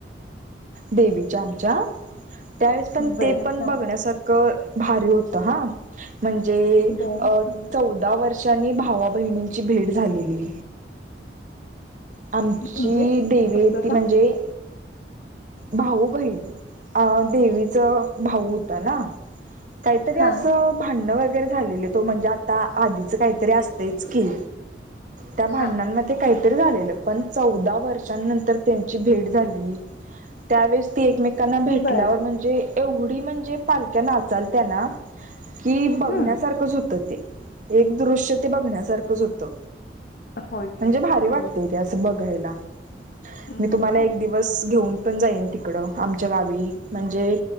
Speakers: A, on the right; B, on the left.
A: देवीच्या आमच्या त्यावेळेस पण
B: बरं
A: ते पण
B: हां
A: बघण्यासारखं. भारी होत हा म्हणजे
B: बरं हां
A: चौदा वर्षांनी भावा. बहिणींची भेट झालेली. आमची
B: म्हणजे
A: देवी
B: असं
A: ती म्हणजे
B: का?
A: भाऊ बहीण. अ देवीच भाऊ होत ना काहीतरी
B: हां
A: असं भांडण वगैरे. वगैरे झाले तो म्हणजे आता आधीच काहीतरी असतच की. त्या भांडणांमध्ये
B: हां
A: काहीतरी झालेलं. पण चौदा वर्षांनंतर त्यांची भेट झाली त्यावेळेस. ती एकमेकांना भेटल्यावर
B: बरं
A: म्हणजे एवढी म्हणजे पालक्या नाचालत्या ना. कि बघण्यासारखंच
B: हं
A: होतं ते एक दृश्य ते बघण्यासारखंच होतं.
B: होय
A: म्हणजे
B: काय
A: भारी
B: खरंच
A: वाटतेय ते असं बघायला.
B: हं
A: मी तुम्हाला एक दिवस घेऊन पण जाईन तिकडं आमच्या गावी म्हणजे